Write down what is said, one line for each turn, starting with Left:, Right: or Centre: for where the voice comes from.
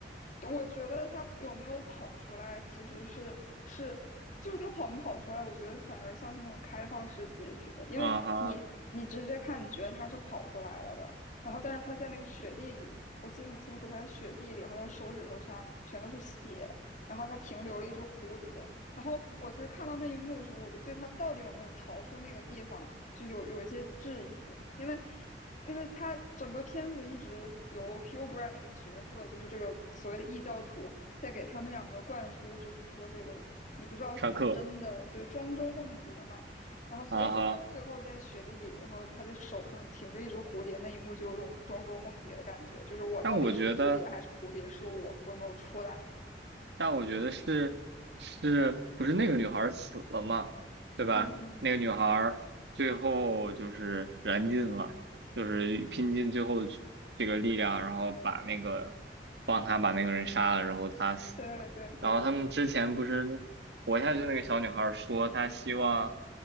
Left: 我觉得他有没有跑出来，其实是是就是他跑没跑出来，我觉得反而像是那种开放式结局的，因为你你直接看，
Right: 啊哈，
Left: 你觉得他是跑出来了的，然后但是他在那个雪地里，我记得很清楚，他在雪地里，然后他手指头上全都是血，然后他停留了一只蝴蝶，然后我其实看到那一幕的时候，我就对他到底有没有逃出那个地方就有有一些质疑，因为因为他整个片子一直由 Hugh Grant 那个角色，就是这个所谓的异教徒，在给他们两个灌输，就是说这个你不知道什么是真的，
Right: 上课，
Left: 对，庄周梦蝶嘛。然后所以他最后在雪地里，
Right: 啊哈，
Left: 然后他的手上停着一只蝴蝶，那一幕就有种庄周梦蝶的感觉，就是我到底是蝴蝶还是蝴蝶是我，
Right: 但我觉得。
Left: 我有没有出来？
Right: 但我觉得是是不是那个女孩儿死了嘛，对吧？
Left: 嗯嗯，
Right: 那个女孩儿最后就是燃尽了，就是拼尽最后的去这个力量，然后把那个帮他把那个人杀了，然后他死了。
Left: 对对对，
Right: 然后他们之前不是活下去那个小女孩儿说，她希望